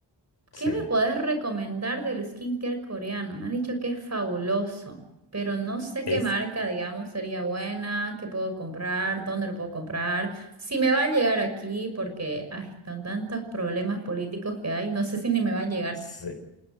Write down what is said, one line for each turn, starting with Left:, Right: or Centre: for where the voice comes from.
Right: ¿Qué
Left: sí.
Right: me puedes recomendar del skincare coreano? Me han dicho que es fabuloso, pero no sé qué
Left: Es
Right: marca, digamos, sería buena, qué puedo comprar, dónde lo puedo comprar, si me va a llegar aquí, porque ay, con tantos problemas políticos que hay, no sé si ni me va a llegar.
Left: Sí.